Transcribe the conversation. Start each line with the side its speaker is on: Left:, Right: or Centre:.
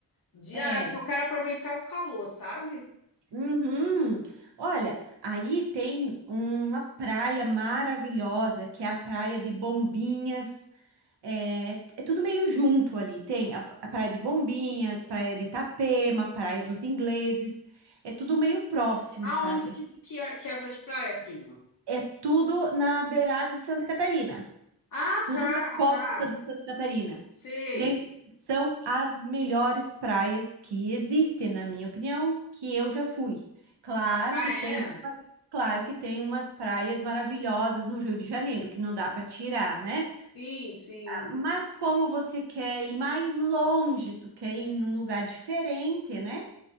Left: de.
Right: É.
Left: ah, Eu quero aproveitar o calor, sabe?
Right: Uhum. Olha, aí tem uma praia maravilhosa, que é a praia de Bombinhas, É, é tudo meio junto ali. Tem a, a Praia de Bombinhas, Praia de Itapema, Praia dos Ingleses. É tudo meio próximo, sabe?
Left: Aonde que, que, é- que é essas praias, prima?
Right: É tudo na beirada de Santa Catarina.
Left: Ah,
Right: Tudo
Left: tá,
Right: na costa
Left: tá.
Right: de Santa Catarina.
Left: Sei.
Right: Gente, são as melhores praias que existem, na minha opinião, que eu já fui. Claro
Left: Ah,
Right: que
Left: é?
Right: tem umas, claro que tem umas praias maravilhosas no Rio de Janeiro, que não dá para tirar, né?
Left: Sim, sim.
Right: Mas como você quer ir mais longe, tu quer ir num lugar diferente, né?